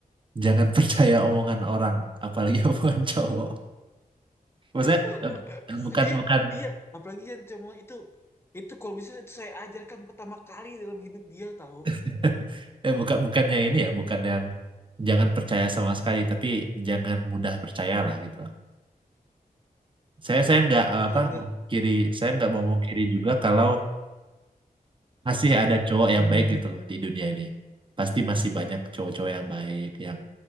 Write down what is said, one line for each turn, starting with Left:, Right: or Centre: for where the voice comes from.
Right: jangan <laughs> percaya omongan orang, apalagi <laughs> omongan cowok. Maksudnya
Left: <laughs>
Right: eh, eh, bukan
Left: iya
Right: bukan
Left: iya apalagi yang cuma itu itu kalau bisa itu saya ajarkan pertama kali dalam hidup dia tahu
Right: <laughs> eh bukan bukannya ini ya, bukan yang jangan percaya sama sekali, tapi jangan mudah percayalah gitu. Saya saya nggak eh,
Left: betul-betul
Right: apa
Left: <sighs>
Right: kiri, saya nggak mau kiri juga kalau masih ada cowok yang
Left: Hmm.
Right: baik gitu loh di dunia ini. Pasti masih banyak cowok-cowok yang baik, yang